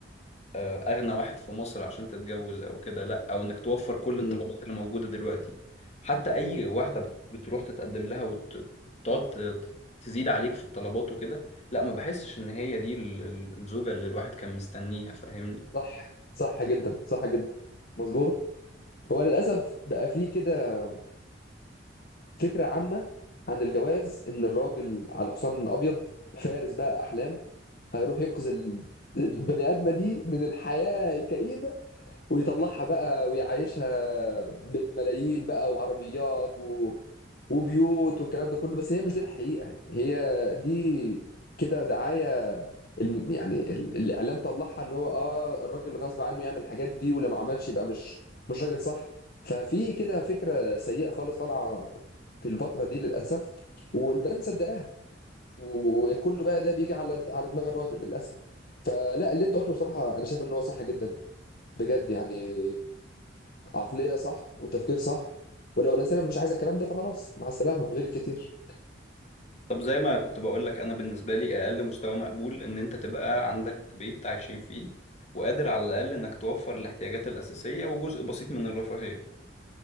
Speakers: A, on the left; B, on the left.
A: آه، اغنى واحد في مصر عشان تتجوز او كده لا او انك توفر كل
B: مم.
A: الطلبات اللي موجوده دلوقتي حتى اي واحده بت- بتروح تتقدم لها وتقعد تزيد عليك في الطلبات وكده لا ما بحسش ان هي دي ال- ال- الزوجه اللي الواحد كان مستنيها فاهمني
B: صح صح جدا صح جدا مظبوط هو للاسف بقى فيه كده فكره عامه عن الجواز ان الراجل على حصان ابيض فارس بقى احلام هيروح ينقذ ال- البني ادمه دي من الحياه الكئيبه ويطلعها بقى ويعيشها بالملايين بقى وعربيات و... وبيوت والكلام ده كله بس هي مش دي الحقيقه يعني هي دي كده دعايه الم- يعني ال- الاعلام طلعها ان هو اه الراجل غصب عنه يعمل الحاجات دي ولو ما عملش يبقى مش مش راجل صح ففي كده فكره سيئه خالص طالعه في الفتره دي للاسف والبنات مصدقاها و- وكله بقى ده بيجي على على دماغ الراجل للاسف فلا اللي انت قلته بصراحه انا شايف ان هو صح جدا بجد يعني عقليه صح وتفكير صح ولو الانسان مش عايز الكلام ده فخلاص مع السلامه غير الكتير
A: طب زي ما كنت بقول لك انا بالنسبه لي اقل مستوى مقبول ان انت تبقى عندك بيت عايشين فيه وقادر على الاقل انك توفر الاحتياجات الاساسيه وجزء بسيط من الرفاهيه